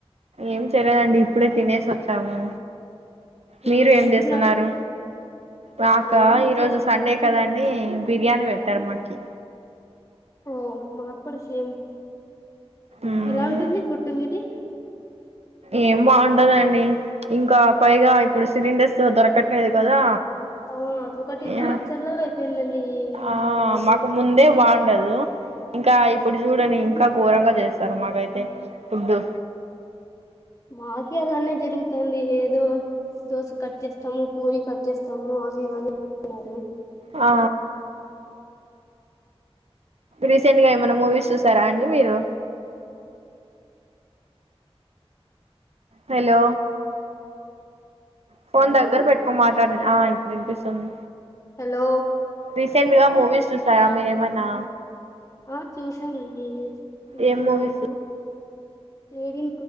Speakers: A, on the right (about 85°); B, on the left (about 30°).
A: ఏం చేయలేదండి ఇప్పుడే తినేసి వచ్చాము మీరు
B: ఆ
A: ఏం చేస్తున్నారు
B: తిన్నారు
A: రాకా
B: మేము ఊకే
A: ఈరోజు
B: తిరుగుతున్నాం
A: సండే కదండి బిర్యానీ పెడతారు మాకి
B: ఓ మాకూడ సేమ్
A: మ్మ్
B: ఎలా ఉంటుంది ఫుడ్డు మీది
A: ఏం బాగుంటదండి ఇంకా పైగా ఇప్పుడు సిలిండర్స్ దొరకట్లేదు కదా
B: ఆ అదొకటి టార్చర్
A: ఆ
B: లాగా అయిపోయిందండి ఏంటో
A: ఆ
B: అసలు మనకి
A: మాకు ముందే బాగుండదు ఇంకా ఇప్పుడు చూడని ఇంకా ఘోరంగా చేస్తారు మాకైతే ఫుడ్డు
B: మాకే అలానే జరుగుతుంది ఏదో దోశ కట్ ఇత్తము పూరి కట్ చేస్తాము అవి ఇవి అని అంటున్నారు
A: ఆ రీసెంట్ గా ఏమైనా మూవీస్ చూసారా అండి మీరు హలో ఫోన్
B: హలో
A: దగ్గర పెట్టుకొని మాట్లాడి ఆ ఇప్పుడు వినిపిస్తుంది
B: హలో
A: రీసెంట్ గా మూవీస్ చూస్తారా మీరేమన్నా
B: ఆ చూసామండి వివిత్ర్రావు
A: ఏం మూవీస్
B: ఏడి